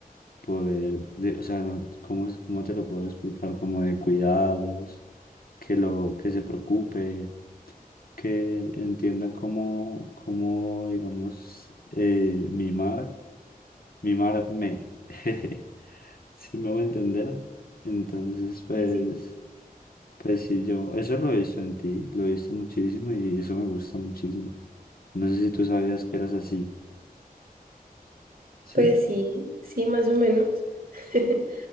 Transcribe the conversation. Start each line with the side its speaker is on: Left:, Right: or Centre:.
Left: poder, de, o sea, no, ¿cómo, es- cómo te lo puedo explicar? Como de cuidados, que lo, que se preocupe, que entienda cómo, cómo, digamos, eh, mimar, mimarme. <laughs> Si me voy a entender, entonces pues,
Right: Sí, sí.
Left: pues sí, yo, eso lo he visto en ti, lo he visto muchísimo y eso me gusta muchísimo. No sé si tú sabías que eras así, ¿sí?
Right: Pues sí, sí, más o menos. <laughs>